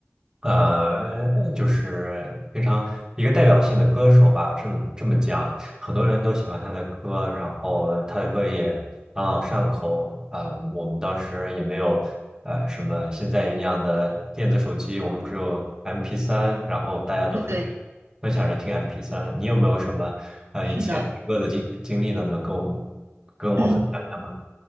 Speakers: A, on the right; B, on the right.
A: 呃，就是非常一个代表性的歌手吧，这么这么讲，很多人都喜欢他的歌，然后他的歌也朗朗上口。啊、我们当时也没有呃什么现在一样的电子手机，我们只有 MP3，然后大家都分着分享着听
B: 对对，
A: MP3。你有没有什么呃以前听歌的经经历呢？
B: 是的。<clears throat>
A: 能跟我们跟我分享一下吗？
B: <coughs> 嗯